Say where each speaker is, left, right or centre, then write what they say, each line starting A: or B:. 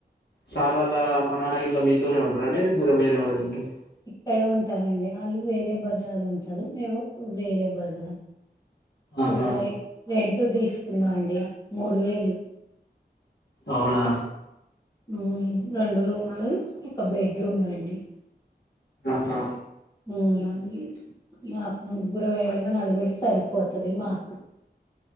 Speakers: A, on the left; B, on the left.
A: సార్ వాలా అమ్మ నాన్న గి ట్ల మీతోనే ఉంటారండి లేదా దూరం వేరేగ్గ ఉంటారా
B: ఇక్కడే ఉంటారండి ఆళ్ళు వేరే బజార్ ఉంటారు మేము వేరే బజార్ గిడ
A: ఆహా
B: రెంటూ తీసుకున్న అండి మూడు వేలు
A: అవునా
B: మ్మ్ రెండు రూమ్లు ఒక బెడ్రూమ్ అండి
A: ఆహా
B: మ్మ్ మాకు ముగ్గురు వ నలుగురు సరిపోతాది మాకు